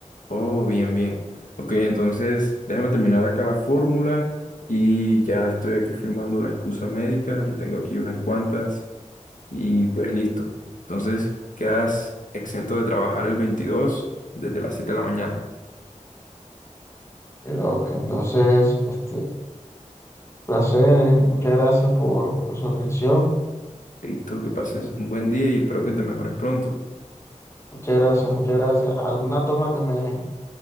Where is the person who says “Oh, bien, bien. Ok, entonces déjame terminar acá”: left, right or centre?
Left